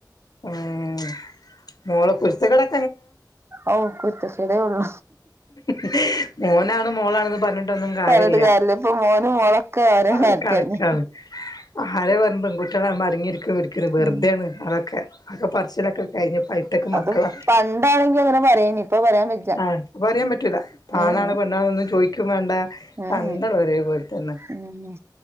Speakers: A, on the left; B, on the right.
A: ഉം മോള് കുര്ത്തക്കേടെ
B: ഓഹ് കുരുത്തക്കേടേ ഉള്ളൂ
A: ഉം മോനാണ് മോളാണ്ന്ന് പറ്ഞ്ഞിട്ടൊന്നും കാര്യല്ല
B: പറഞ്ഞിട്ട് ഇപ്പൊ മോനും മോളൊക്കെ ഒരേ
A: <unintelligible>
B: മാരിക്കന്നെ
A: കണക്കാണ് ഹാരേ പറ്ഞ്ഞ് പെൺകു ട്ടിളാവുമ്പം അടങ്ങിയിരിക്കും ഇരിക്കും വെറുതേണ്
B: ഉം
A: അതൊക്കെ ആഹ് ഒക്കെ പറച്ചിലൊക്കെ കഴിഞ്ഞ് പ്പ ഹൈടെക് മക്കളാ
B: അത് പണ്ടാണെങ്കി അങ്ങനെ പറയേനി ഇപ്പൊ പറയാൻ വെജ്ജ
A: ആഹ് പറിയാൻ പറ്റൂല
B: ഉം
A: ആണാണ് പെ ണ്ണാണോന്ന് ചോയിക്കും വാണ്ട
B: ഉം
A: രണ്ടാളും ഒരേ പോല്ത്തന്നെ
B: ഉം